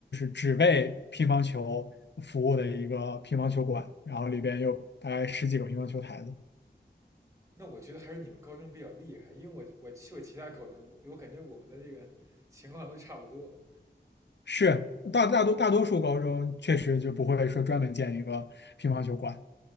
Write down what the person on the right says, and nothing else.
那我觉得还是你们高中比较厉害，因为我我去过其他高中，我感觉我们的这个情况都差不多。